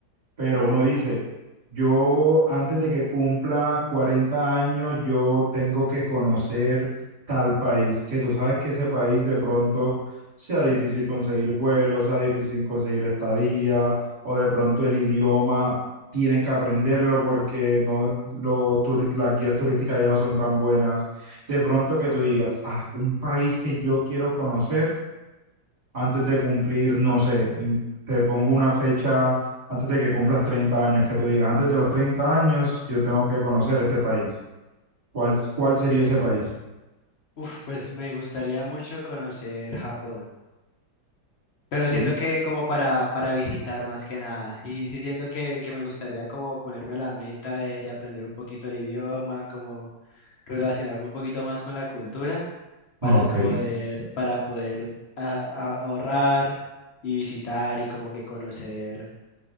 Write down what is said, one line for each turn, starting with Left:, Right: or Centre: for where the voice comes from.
Right: pero uno dice, yo antes de que cumpla 40 años, yo tengo que conocer tal país, que tú sabes que ese país de pronto sea difícil conseguir vuelos, sea difícil conseguir estadía, o de pronto el idioma tienes que aprenderlo porque no, los turi- las guías turísticas ya no son tan buenas. De pronto que tú digas, ah, un país que yo quiero conocer antes de cumplir, no sé, in- te pongo una fecha antes de que cumplas 30 años, que tú digas, antes de los 30 años yo tengo que conocer este país. ¿Cuál, cuál sería ese país?
Left: Uf, pues me gustaría mucho conocer Japón. Pero
Right: Sí,
Left: siento que como para, para visitar más que nada, sí, sí siento que, que me gustaría como ponerme la meta de, de aprender un poquito el idioma, como relacionarme un poquito más con la cultura para
Right: Ok.
Left: poder, para poder a- a- ahorrar y visitar y como que conocer